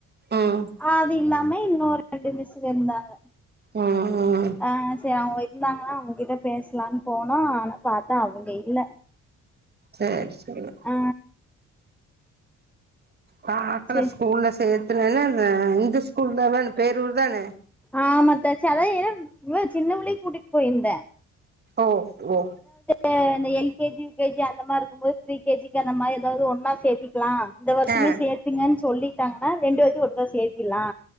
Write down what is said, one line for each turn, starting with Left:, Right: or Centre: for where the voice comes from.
Right: ம்
Centre: ஆ அது இல்லாம இன்னொரு ரெண்டு மிஸ்ஸுக இருந்தாங்க
Right: ம் ம்
Centre: ஆ சே அவ்ங்க இருந்தாங்கன்னா அவுங்கக்கிட்ட பேஸ்லான் போனோ ஆனா பாத்த அவங்க இல்ல
Right: சேரி சேரி
Centre: ஆ
Right: பாக்கல
Centre: சரி
Right: ஸ்கூல்ல சேத் துலல என்ன இந்த ஸ்கூல் தான பேரூர்தானே
Centre: ஆமா அத்த <unintelligible> இவ சின்ன புள்ளையு கூட்டியிட் போயிருந்த
Right: ஓ ஓ
Centre: ஆ அந்த L K G U K G அந்த மாற்ருக்கும் போது ப்ரீ கே ஜி க்கு அந்த மாரி ஏதாவ்து ஒன்னா சேத்திக்லா இந்த வர்ஷமே
Right: ஆ
Centre: சேத்துங்கன் சொல்லிட்டாங்கன்னா ரெண்டு வேத்தையு ஒட்டுகா சேத்திர்லா